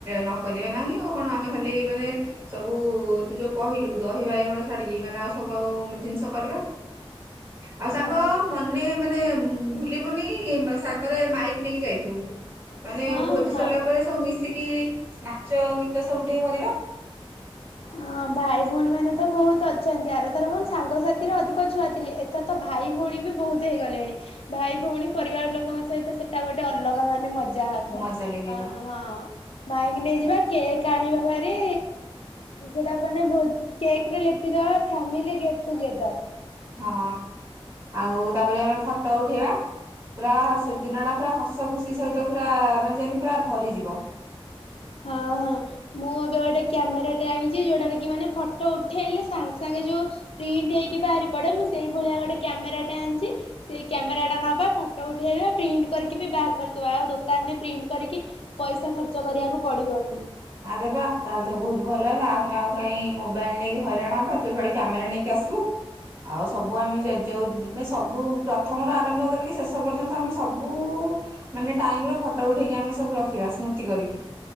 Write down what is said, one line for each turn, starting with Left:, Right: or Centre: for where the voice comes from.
Right: ନକରି ବା ନାହିଁ ଆଉ କଣ ଆମେ ଖାଲି ମାନେ ସବୁ ତୁ ଯୋଉ କହିଲୁ ଦହିବାଇଗଣ ଛାଡିକି ମାନେ ଆଉ ସବୁ ଆଉ ଜିନିଷ କରିବା। ଆଉ ସାଙ୍ଗ
Left: ହଁ
Right: ମନେ ମାନେ ଭୁଲିବୁନି ସାଙ୍ଗରେ ମାଇକ ନେଇକି ଯାଇଥିବୁ। ମାନେ
Left: ହଁ
Right: ଭୋଜି
Left: ହଁ।
Right: ସରିଲା ପରେ ମିଶିକି ନାଚ ଗୀତ ସବୁ ଟିକେ କରିବା।
Left: ହଁ ଭାଇ ଭଉଣୀ ମାନେ ତ ବହୁତ ଅଛନ୍ତି ଆରଥର କ ସାଙ୍ଗସାଥିର ଅଧିକ ଛୁଆ ଥିଲେ ଏଥର ତ ଭାଇ ଭଉଣୀ ବି ବହୁତ ହେଇଗଲେଣି ଭାଇ ଭଉଣୀ ପରିବାର ଲୋକଙ୍କ ସହିତ ସେଟା ଗୋଟେ ଅଲଗା ମାନେ ମଜା। ଯାହା କୁହ
Right: ମଜା ଲାଗିବ
Left: ଆ ହଁ। ମାଇକି ନେଇଯିବା କେକ୍ ଆଣିବା ଭାରି। ସେଟା ମାନେ ବହୁତ କେକ୍ ରେ ଲେଖିଦବା ଫ୍ୟାମିଲି ଗେଟ୍ ଟୁଗେଦର।
Right: ହଁ ଆଉ ତାପରେ ଆମେ ଫଟୋ ଉଠେଇବା। ପୁରା
Left: ହଁ
Right: ସେଦିନ
Left: ହଁ
Right: ଟା ପୁରା ହସ ଖୁସି ସହିତ ପୁରା ମାନେ ଯେମିତି ପୁରା ଭରିଯିବ।
Left: ହଁ ହଁ ମୁଁ ଏବେ ଗୋଟେ କ୍ୟାମେରାଟେ ଆଣିଚି ଯୋଉଟାରେ କି ମାନେ ଫଟୋ ଉଠେଇଲେ ସାଙ୍ଗେ ସାଙ୍ଗେ ଯୋଉ ପ୍ରିଣ୍ଟ ହେଇକି ବାହାରି ପଡେ ମୁଁ ସେଇଭଳିଆ ଗୋଟେ କ୍ୟାମେରାଟେ ଆଣିଚି ସେଇ କ୍ୟାମେରା ଟା ନବା ଫଟୋ ଉଠେଇଦବା ପ୍ରିଣ୍ଟ କରିକି ବି ବାହାର କରିଦବା ଆଉ ଦୋକାନରେ ପ୍ରିଣ୍ଟ କରିକି ପଇସା ଖର୍ଚ୍ଚ କରିବାକୁ ପଡିବନି।
Right: ଆରେ ବା ତାହେଲେ ତ ବହୁତ ଭଲ ହେଲା ଆମେ ଆଉ କାଇଁ ମୋବାଇଲ ନେଇକି ହଇରାଣ ହେବା ତୁ ଭଳି କ୍ୟାମେରା ନେଇକି ଆସିବୁ ଆଉ ସବୁ ଆମେ ଜ-ଯଉ ସବୁ ପ୍ରଥମରୁ ଆରମ୍ଭ କରିକି ଶେଷ ପର୍ଯ୍ୟନ୍ତ ଆମେ ସବୁ ମାନେ ଟାଇମର ଫଟୋ ଉଠେଇକି ଆମେ ସବୁ ରଖିବା ସ୍ମୃତି କରିକି।